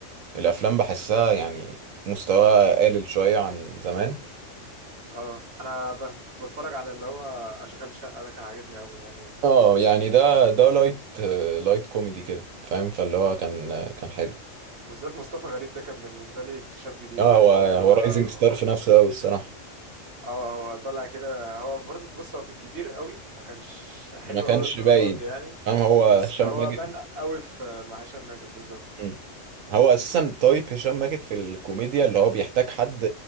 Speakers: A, on the right (about 85°); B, on the right (about 60°).
A: الأفلام بحسها يعني مستواها قلل شوية عن زمان
B: اه انا بس كنت بتفرج على اللي هو اشغال شقه ده كان عاجبني قوي يعني
A: اه يعني ده ده لايت لايت كوميدي كده فاهم فاللي هو كان كان حلو
B: بالذات مصطفى غريب ده كان بالنسبه لي اكتشاف جديد
A: اه
B: يعني
A: هو
B: فاهم اللي
A: هو
B: هو
A: رايزنج ستار في نفسه قوي الصراحة
B: اه هو طالع كده هو برضه بص هو في الكبير قوي ما كانش حلو
A: ما كانش
B: قوي للدرجات
A: باين
B: دي يعني
A: فاهم هو
B: بس
A: هشام
B: هو
A: ماجد
B: بان قوي في مع هشام ماجد بالظبط
A: مم. هو اساسا تايب هشام ماجد في الكوميديا اللي هو بيحتاج حد